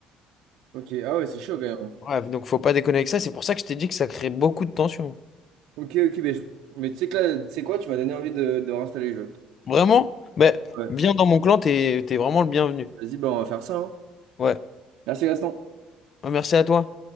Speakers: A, on the right; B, on the left.
A: Ok, ah ouais, c'est chaud quand même. hein.
B: Ouais, donc faut pas déconner avec ça. C'est pour ça que je t'ai dit que ça crée beaucoup de tension.
A: Ok, ok, mais, je- mais tu sais que là, tu sais quoi, tu m'as donné envie de, de réinstaller le jeu.
B: Vraiment? Mais
A: Ouais.
B: viens dans mon clan, t'es, t'es vraiment le bienvenu.
A: Vas-y, bah, on va faire ça, hein.
B: Ouais.
A: Merci, Gaston.
B: Ouais, Merci à toi.